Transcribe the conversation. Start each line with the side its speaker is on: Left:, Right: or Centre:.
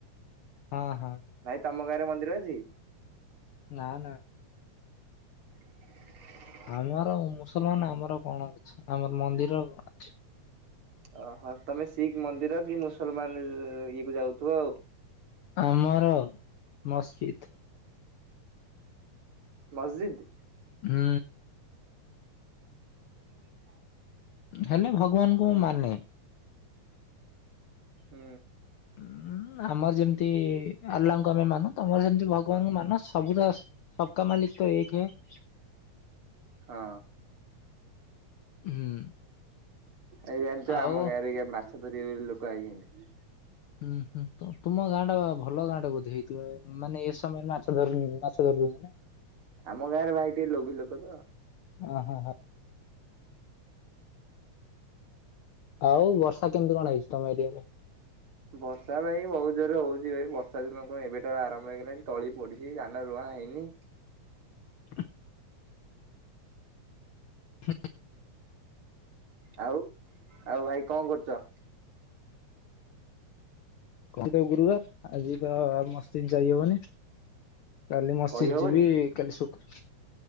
Left: ହଁ ହଁ।
Right: ଭାଇ ତମ ଗାଁରେ ମନ୍ଦିର ଅଛି?
Left: ନା ନା।
Right: <unintelligible>
Left: ଆମର ମୁସଲମାନ ଆମର କଣ ଅଛି, ଆମର ମନ୍ଦିର ଅଛି।
Right: ଓହୋ ତମେ ଶିଖ୍ ମନ୍ଦିର କି ମୁସଲମାନ ଇଏ କୁ ଯାଉଥିବ ଆଉ।
Left: ଆମର ମସଜିଦ୍।
Right: ମସଜିଦ୍।
Left: ହୁଁ।
Right: <unintelligible>
Left: ହେଲେ ଭଗବାନଙ୍କୁ ମୁଁ ମାନେ।
Right: ହୁଁ।
Left: ଉଁ ଆମର ଯେମିତି ଆଲ୍ଲାଙ୍କୁ ଆମେ ମାନୁ ତମର ସେମିତି ଭଗବାନଙ୍କୁ ମାନ ସବୁ ତ ସବକା ମାଲିକ ତ ଏକ ହେ।
Right: ହଁ।
Left: ହୁଁ।
Right: ଏଇ ଜାଣିଛ
Left: ଆଉ
Right: ଆମ ଗାଁରେ ଏଇନିକା ମାଛ ଧରିବେ ବୋଲି ଲୋକ ଆଇଛନ୍ତି,
Left: ହୁଁ ହୁଁ ତୁମ ଗାଁ ଟା ଭଲ ଗାଁ ଟା ବୋଧେ ହେଇଥିବ ମାନେ, ଏ ସମୟରେ ମାଛ ଧରୁନି ମାଛ ଧରୁନ,
Right: ଆମ ଗାଁରେ ଭାଇ ଟିକେ ଲୋଭ ଲୋକ ତ
Left: ହ ହ। ଆଉ ବର୍ଷା କେମିତି କଣ ହେଇଛି ତମ ଏରିଆରେ?
Right: ବର୍ଷା ଭାଇ ବହୁତ ଜୋରରେ ହଉଛି ଭାଇ ବର୍ଷା ଦିନ କଣ ଏବେଟା ଆରମ୍ ହେଇଲାଣି ତଳି ପଡିଛି ଧାନ ରୁଆଁ ହେଇନି,
Left: ହ ହ
Right: ଆଉ ଆଉ ଭାଇ କଣ କରୁଛ?
Left: ଆଜି ତ ଗୁରୁବାର ଆଜି ତ ମସଜିଦ୍ ଯାଇହବନି, କାଲି ମସଜିଦ
Right: କହିହବନି
Left: ଯିବି କାଲି ଶୁକ୍ର